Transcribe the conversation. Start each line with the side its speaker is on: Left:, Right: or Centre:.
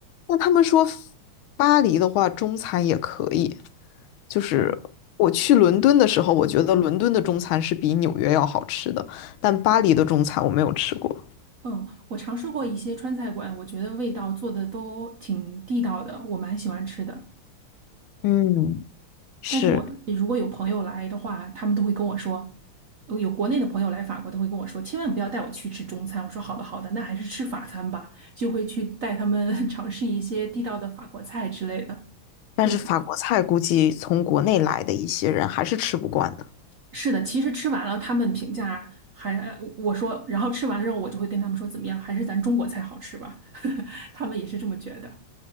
Left: 那他们说巴黎的话，中餐也可以。就是我去伦敦的时候，
Right: 嗯
Left: 我觉得伦敦的中餐是比纽约要好吃的，但巴黎的中餐我没有吃过。
Right: 嗯，我尝试过一些川菜馆，我觉得味道做的都挺地道的，我蛮喜欢吃的。
Left: 嗯，是，
Right: 但是我如果有朋友来的话，他们都会跟我说，呃有国内的朋友来法国，他会跟我说，千万不要带我去吃中餐。我说好的好的，那还是吃法餐吧，就会去带他们 <laughs> 尝试一些地道的法国菜之类的。
Left: 但是法国菜估计从国内来的一些人还是吃不惯的。
Right: 会。是的，其实吃完了，他们评价还，我说，然后吃完了之后，我就会跟他们说怎么样，还是咱中国菜好吃吧，<laughs> 他们也是这么觉得。